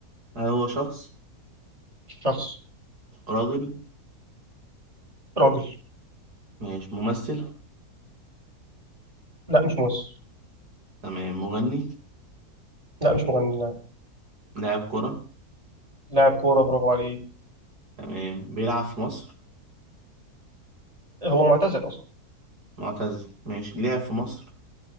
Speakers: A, on the right (about 80°); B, on the right (about 20°).
A: هو شخص
B: شخص
A: راجل
B: راجل
A: ماشي ممثل
B: لا مش ممثل
A: تمام مغني
B: لا مش مغني لا
A: لاعب كرة
B: لاعب كورة برافو عليه
A: تمام بيلعب في مصر
B: هو معتزل أصلا
A: معتزل ماشي لعب في مصر